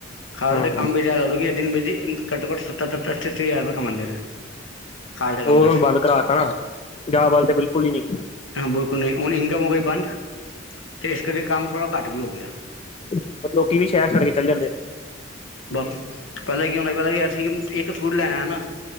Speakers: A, on the left; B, on the left.
A: ਖਾਲ
B: ਹੂੰ
A: ਦੇ ਕੰਮ
B: ਹੂੰ
A: ਵਿੱਚ ਐ ਲੋਕ ਦਿਨ ਬਿ ਦਿਨ ਘੱਟੋਂ ਘੱਟ ਸੱਤਰ ਤਰੱਤਰ ਚਰੱਤਰ ਹਜ਼ਾਰ ਰੁਪਏ ਕਮਾਉਂਦੇ ਨੇ। ਖਾਲ ਦੇ ਕੰਮ
B: ਔ
A: ਵਿੱਚ
B: ਹੁਣ ਬੰਦ ਕਰਾਤਾ ਨਾ ਪੰਜਾਬ ਵੱਲ ਤੇ ਬਿਲਕੁਲ ਈ ਨੀ।
A: ਹਾਂ ਬਿਲਕੁਲ ਨਈ, ਹੁਣ ਇਨਕਮ ਹੋ ਗਈ ਬੰਦ ਤੇ ਇਸ ਕਰਕੇ ਕੰਮ ਥੋੜਾਂ ਘੱਟ ਵੀ ਹੋ ਗਿਆਂ।
B: ਫੇਰ ਲੋਕੀਂ ਵੀ ਸ਼ਹਿਰ ਛੱਡ ਕੇ ਚਲ ਜਾਂਦੇ।
A: ਬਸ ਪਹਿਲੇ ਕੀ ਹੁੰਦਾ ਪਤਾ ਕੀ ਅਸੀ ਕਿ ਇਕ ਸ਼ੂਟ ਲੈਣਾਂ ਨਾ।